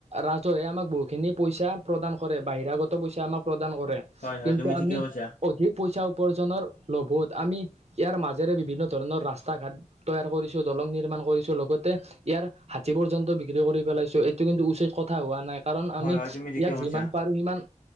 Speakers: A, on the right (about 50°); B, on the left (about 80°).
A: ৰাজহুৱে আমাক বহুতখিনি পইচা প্ৰদান কৰে বাহিৰাগত পইচা আমাক প্ৰদান কৰে
B: হয় হয়
A: কিন্তু
B: তুমি
A: আমি
B: ঠিকে কৈছা
A: অধিক পইচা উপাৰ্জনৰ লভত আমি ইয়াৰ মাজেৰে বিভিন্ন ধৰণৰ ৰাস্তা ঘাট তৈয়াৰ কৰিছো দলং নিৰ্মাণ কৰিছো লগতে ইয়াৰ হাতী পৰ্যন্ত বিক্ৰী কৰি পেলাইছোঁ। কিন্তু উচিত কথা হোৱা নাই কাৰণ আমি
B: হয় হয় তুমি ঠিকে
A: ইয়াক
B: কৈছা
A: যিমান পাৰো সিমান